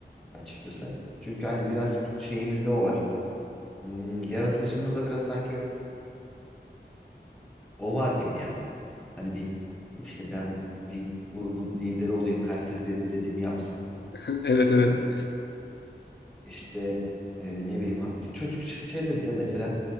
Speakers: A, in the centre; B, on the left.
A: açıkçası. Çünkü hani biraz şeyimizde o var. Hmm, yaratılışımızda biraz sanki O var gibi ya. Hani bir işte ben bir grubun lideri olayım. Herkes benim dediğimi yapsın.
B: <laughs> Evet evet.
A: Ee, işte e, ne bileyim ha- çocuk şey- şeyde bile mesela